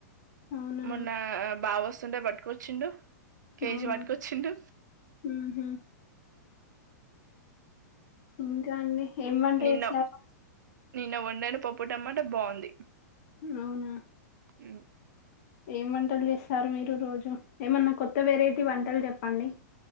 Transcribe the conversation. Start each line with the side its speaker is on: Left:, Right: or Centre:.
Left: అవునా
Right: మొన్న బావ వస్తుంటే పట్టుకొచ్చిండు కేజీ
Left: అవునా
Right: వాట్కొచ్చిండూ
Left: ఉహు ఇంకా అండి ఏం వంట
Right: నిన్న
Left: చేసినారు.
Right: నిన్న వంండని పప్పుటమాట బాగుంది
Left: అవునా
Right: ఉ
Left: ఏం వంటలు చేస్తారు మీరు రోజు ఏమన్నా కొత్త వెరైటీ వంటలు చెప్పండి